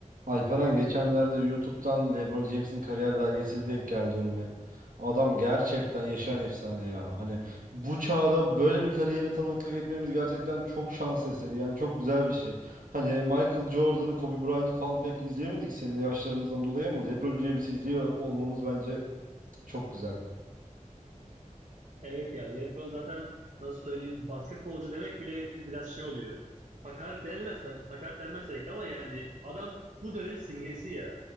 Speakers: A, on the right (about 80°); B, on the right (about 60°).
A: Alperen geçenlerde YouTube'dan LeBron James'in kariyer belgeseli denk geldi önüme. Adam gerçekten yaşayan efsane ya. Hani bu çağda böyle bir kariyere tanıklık etmemiz gerçekten çok şans eseri. Yani çok güzel bir şey. Hani Michael Jordan'ı, Kobe Bryant'ı falan pek izleyemedik seninle yaşlarımızdan dolayı ama LeBron James'i izliyor olmamız bence çok güzel.
B: Evet ya LeBron zaten nasıl söyleyeyim basketbolcu demek bile biraz şey oluyor. Hakaret denilmez tabii. Hakaret denmez tabii ki ama yani adam bu dönemin simgesi ya.